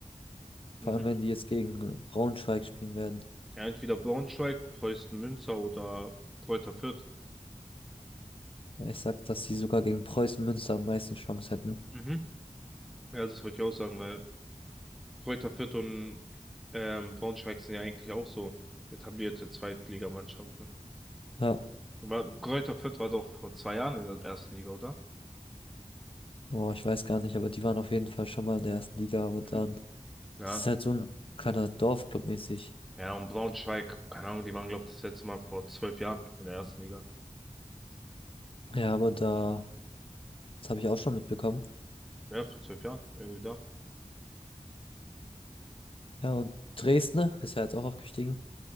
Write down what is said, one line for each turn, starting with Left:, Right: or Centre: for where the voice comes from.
Centre: Mhm.
Left: Vor allem, wenn die jetzt gegen Braunschweig spielen werden.
Centre: Ja, entweder Braunschweig, Preußen Münster oder Kräuter Fürth.
Left: Ich sag, dass sie sogar gegen Preußen Münster am meisten Chance hätten.
Centre: Mhm. Ja, das wollte ich auch sagen, weil Kräuter Fürth und ähm, Braunschweig sind ja eigentlich auch so etablierte Zweitligamannschaften.
Left: Ja,
Centre: Aber Kräuter Fürth war doch vor zwei Jahren in der ersten Liga, oder?
Left: boah, ich weiß gar nicht, aber die waren auf jeden Fall schon mal in der ersten Liga, aber dann,
Centre: Mhm. Ja.
Left: das ist halt so Ja. ein kleiner Dorfclub mäßig.
Centre: Ja, und Braunschweig, keine Ahnung, die waren, glaube ich, das letzte Mal vor zwölf Jahren in der ersten Liga.
Left: Ja, aber da, das habe ich auch schon mitbekommen.
Centre: Ja, vor zwölf Jahren, irgendwie da.
Left: Ja, und Dresden ist ja jetzt auch aufgestiegen.